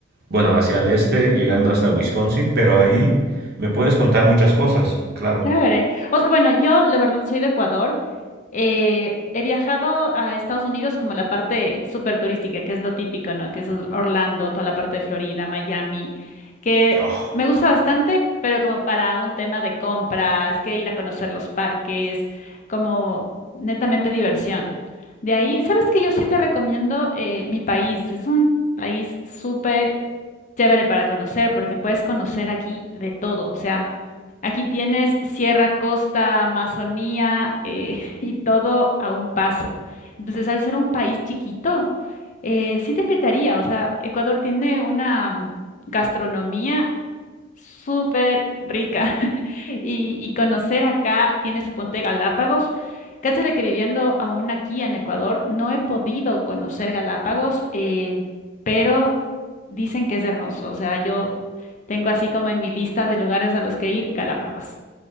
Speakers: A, on the right; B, on the left.
A: bueno, hacia el este, llegando hasta Wisconsin, pero ahí me puedes contar muchas cosas, claro.
B: Chévere. O sea, bueno, yo la verdad soy de Ecuador. Eh, he viajado a Estados Unidos como la parte súper turística, que es lo típico, ¿no? Que es Orlando, toda la parte de Florida, Miami, que
A: Oh,
B: me gusta bastante, pero como para un tema de compras, que ir a conocer los parques, como netamente diversión. De ahí, ¿sabes qué? Yo sí te recomiendo eh, mi país. Es un país súper chévere para conocer, porque puedes conocer aquí de todo. O sea, aquí tienes Sierra, Costa, Amazonía eh, <laughs> y todo a un paso. Entonces, al ser un país chiquito, eh, sí te invitaría. O sea, Ecuador tiene una mm, gastronomía súper rica. <laughs> Y, y conocer acá, tiene su ponte Galápagos. Cáchale que viviendo aún aquí en Ecuador, no he podido conocer Galápagos, eh, pero dicen que es hermoso. O sea, yo tengo así como en mi lista de lugares a los que ir, Galápagos.